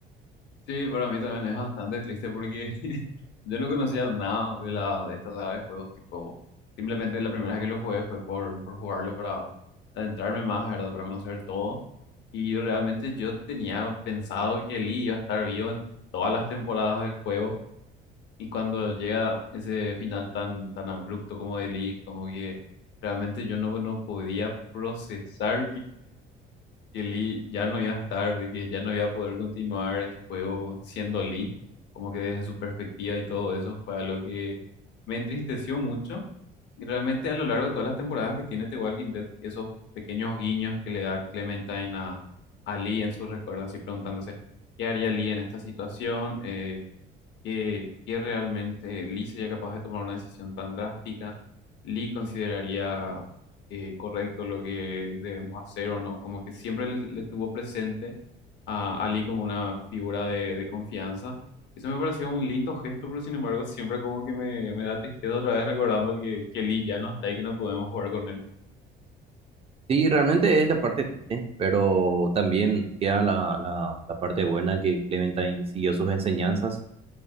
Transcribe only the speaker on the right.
Sí, realmente es la parte triste, pero también queda la, la, la parte buena que Clementine siguió sus enseñanzas.